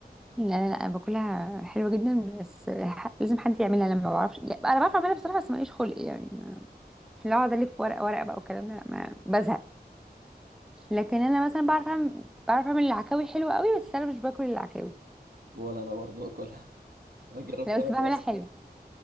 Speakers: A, in the centre; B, on the right.
A: لا لا لا أنا باكلها حلوة جدا بس ح- لازم حد يعملها لما ما بعرفش يعني أنا بعرف أعملها بصراحة بس ماليش خلق يعني ما- مش اللي أقعد ألف ورقة ورقة بقى والكلام ده لا، ما بزهق لكن أنا مثلا بعرف أعمل بعرف أعمل العكاوي حلوة قوي بس أنا مش باكل العكاوي
B: ولا أنا برضه باكلها <laughs> ما جربتهاش
A: لا بس بعملها
B: أصلا
A: حلو